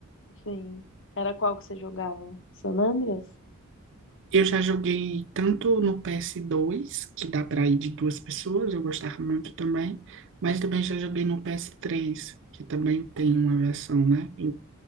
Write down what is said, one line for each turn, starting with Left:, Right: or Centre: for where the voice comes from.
Left: Sim. Era qual que você jogava? San Andreas?
Right: Eu já joguei tanto no PS2, que dá para ir de duas pessoas, eu gostava muito também, mas também já joguei no PS3, que também tem uma versão, né? E-